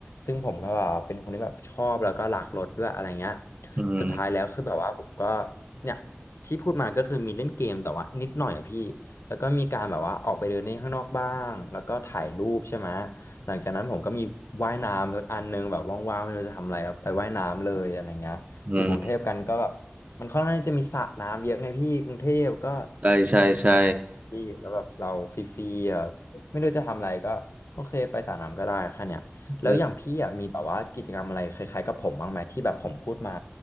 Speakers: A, on the left (about 75°); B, on the right (about 35°).
A: ซึ่งผมก็แบบเป็นคนที่แบบชอบแล้วก็รักรถด้วยอะไรเงี้ย
B: อืม
A: สุดท้ายแล้วคือแบบว่าผมก็เนี่ยที่พูดมาก็คือมีเล่นเกมแต่ว่านิดหน่อยอะพี่แล้วก็มีการแบบว่าออกไปเดินเล่นข้างนอกบ้างแล้วก็ถ่ายรูปใช่ไหมหลังจากนั้นผมก็มีว่ายน้ำสักอันหนึงแบบว่างๆไม่รู้จะทำอะไรอะไปว่ายน้ำเลยอะไรเงี้ยอยู่กรุงเทพกันก็แบบ
B: อืม
A: มันค่อนข้างที่จะมีสระน้ำเยอะไงพี่กรุงเทพก็
B: ใช่ใช่ใช่
A: ดีแล้วแบบเราฟรีๆอ่ะไม่รู้จะทำอะไรก็โอเคไปสระน้ำก็ได้แค่เนี้ยแล้วอย่างพี่อ่ะมีแบบว่ากิจกรรมอะไรคล้ายๆกับผมบ้างไหมที่แบบผมพูดมา
B: เออ